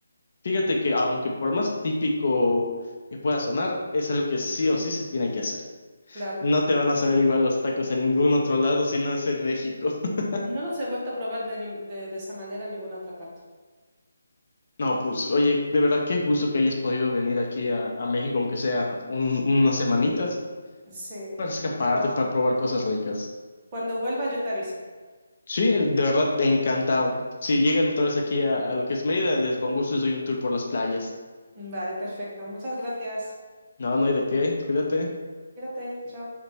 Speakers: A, on the left; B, on the right.
A: fíjate que aunque por más típico que pueda sonar, es algo que sí o sí se tiene que hacer.
B: Claro.
A: No te van a saber igual los tacos en ningún otro lado si no es en México. <laughs>
B: No los he vuelto a probar de, nin- de, de esa manera en ninguna otra parte.
A: No, pues oye, de verdad qué gusto que hayas podido venir aquí a, a México, aunque sea un- unas semanitas,
B: Sí,
A: para escaparte,
B: pero
A: para probar cosas ricas.
B: cuando vuelva yo te aviso.
A: Sí, de verdad, encantado. Si llegan otra vez aquí a, a lo que es Mérida, les con gusto les doy un tour por las playas.
B: Vale, perfecto. Muchas gracias.
A: No, no hay de qué, cuídate.
B: Cuídate, chao.